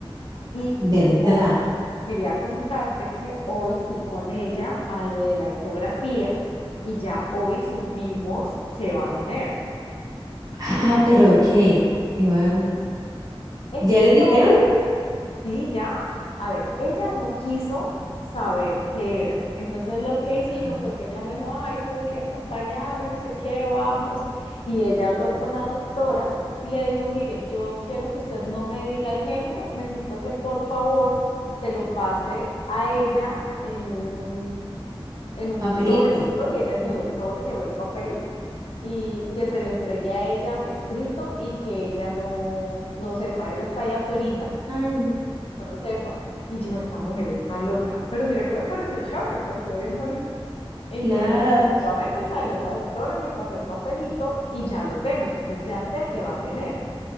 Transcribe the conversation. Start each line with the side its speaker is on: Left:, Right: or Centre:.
Left: Y
Right: ¿Verdad?
Left: hoy quería contarte que hoy fui con ella a lo de la ecografía y ya hoy supimos que va a tener.
Right: Ah, pero qué, qué bueno.
Left: Entonces,
Right: ¿Ya les dijeron?
Left: Sí, ya. A ver, ella no quiso saber qué era. Entonces lo que hicimos
Right: Ah,
Left: fue que ella me dijo, ay, Julia, acompáñame, no sé qué, vamos. Y ella habló con la doctora y le dijo, mire, yo quiero que usted no me diga el género, necesito que por favor se lo pase a ella en un, en un
Right: Papelito.
Left: sobrecito. Y ella llevó
Right: ¿Mm?
Left: el sobre, llevó el papel y que se lo entregue a ella escrito y que ella no, no sepa, ella está ahí afuera
Right: Ay,
Left: yo no sepa. Y yo, esta mujer está loca. Pero mira que me pareció chévere, me pareció bien bonito. Entonces,
Right: claro,
Left: efectivamente,
Right: porque...
Left: salió la doctora, me pasó el papelito y ya lo tengo. Entonces, ya sé que va a tener.